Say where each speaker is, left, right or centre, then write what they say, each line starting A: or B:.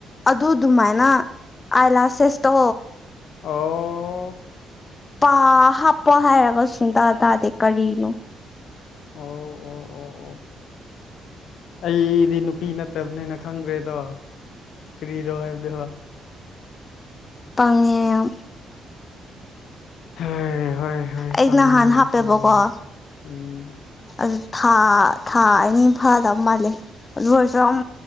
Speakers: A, on the left; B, on the left.
A: ꯑꯗꯨꯗꯨ ꯃꯥꯏꯅ ꯑꯥꯏꯂꯥꯁꯦꯁꯇꯣ
B: ꯑꯣ
A: ꯄꯥ ꯍꯥꯞꯄꫭ ꯍꯥꯏꯔꯒ ꯁꯨꯡꯇꯥ ꯇꯥꯗꯦ ꯀꯔꯤꯅꯣ
B: ꯑꯣ ꯑꯣ ꯑꯣ ꯑꯣ ꯑꯩꯗꯤ ꯅꯨꯄꯤ ꯅꯠꯇꯕꯅꯤꯅ ꯈꯪꯗ꯭ꯔꯦꯗꯣ ꯀꯔꯤꯔꯣ ꯍꯥꯏꯕꯗꯨꯕꫭ
A: ꯄꯪꯉꯦ ꯌꯥꯝ
B: ꯍꯣꯏ ꯍꯣꯏ ꯍꫭꯏ
A: ꯑꯩ
B: ꯄꯪꯉꯦꯖꯨ
A: ꯅꯍꯥꯟ ꯍꯥꯞꯄꯦꯕꯀꯣ
B: ꯌꯥꯏ ꯎꯝ
A: ꯑꯗꯨ ꯊꯥ ꯊꯥ ꯑꯅꯤ ꯐꯥꯗ ꯃꯥꯜꯂꯦ ꯑꯗꯨ ꯑꯣꯏꯔꯁꯨ ꯑꯝ